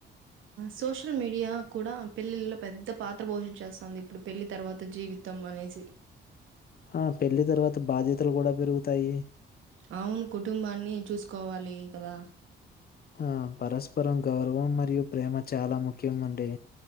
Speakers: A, on the right; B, on the left.
A: సోషల్ మీడియా కూడా పెళ్ళిలో పెద్ద పాత్ర పోషించ చేస్తుంది ఇప్పుడు పెళ్లిి తర్వాత జీవితం అనేసి
B: ఆ పెళ్ళి తర్వాత బాధ్యత లు గూడా పెరుగుతాయి
A: అవున్ కుటుంబాన్ని చూసుకోవాలి కదా
B: ఆ పరస్పరం గౌరవం మరియు ప్రేమ చాలా ముఖ్యం అండి